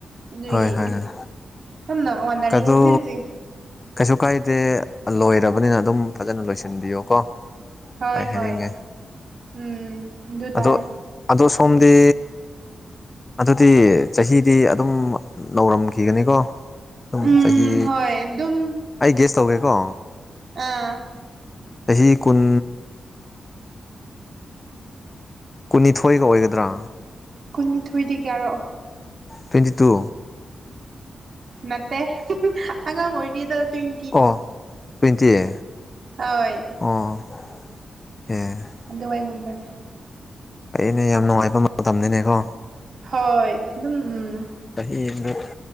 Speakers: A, on the right; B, on the left.
A: ꯑꯗꯨꯒꯤ
B: ꯍꯣꯏ ꯍꯣꯏ ꯍꯣꯏ
A: ꯁꯝꯅ ꯋꯥꯅꯔꯤ
B: ꯑꯗꯨ
A: ꯍꯧꯖꯤꯛ ꯍꯧꯖꯤꯛ
B: ꯀꯩꯁꯨ ꯀꯥꯏꯗꯦ ꯂꯣꯏꯔꯕꯅꯤꯅ ꯑꯗꯨꯝ ꯐꯖꯅ ꯂꯣꯏꯁꯤꯟꯕꯤꯌꯣ ꯀꯣ
A: ꯍꯣꯏ
B: ꯁꯨꯃꯥꯏꯅ
A: ꯍꯣꯏ
B: ꯍꯥꯏꯅꯤꯡꯉꯦ
A: ꯎꯝ ꯑꯗꯨ ꯇꯥꯔꯦ
B: ꯑꯗꯣ ꯑꯗꯣ ꯁꯣꯝꯗꯤ ꯑꯗꯨꯗꯤ ꯆꯍꯤꯗꯤ ꯑꯗꯨꯝ ꯅꯧꯔꯝꯈꯤꯒꯅꯤꯀꯣ ꯑꯗꯨꯝ
A: ꯎꯝ
B: ꯆꯍꯤ
A: ꯍꯣꯏ ꯑꯗꯨꯝ
B: ꯑꯩ ꯒꯦꯁ ꯇꯧꯒꯦꯀꯣ
A: ꯑꯥ
B: ꯆꯍꯤ ꯀꯨꯟ ꯀꯨꯟꯅꯤꯊꯣꯏꯒ ꯑꯣꯏꯒꯗ꯭ꯔꯥ
A: ꯀꯨꯟꯅꯤꯊꯣꯏꯗꯤ ꯀꯌꯥꯔꯣ
B: ꯇ꯭ꯋꯦꯟꯇꯤ ꯇꯨ
A: ꯅꯠꯇꯦ ꯑꯉꯥꯡ ꯑꯣꯏꯔꯤꯗ ꯇꯨꯡ
B: ꯑꯣ ꯇ꯭ꯋꯦꯟꯇꯤꯑ
A: ꯍꯣꯏ
B: ꯑꯣ ꯑꯦ
A: ꯗꯨꯕꯥꯏꯒꯨꯝꯕꯅꯦ
B: ꯐꯩꯅꯦ ꯌꯥꯝ ꯅꯨꯡꯉꯥꯏꯕ ꯃꯇꯝꯅꯤꯅꯦꯀꯣ
A: ꯍꯣꯏ ꯑꯗꯨꯝ ꯎꯝ
B: ꯆꯍꯤ ꯑꯃꯗꯛ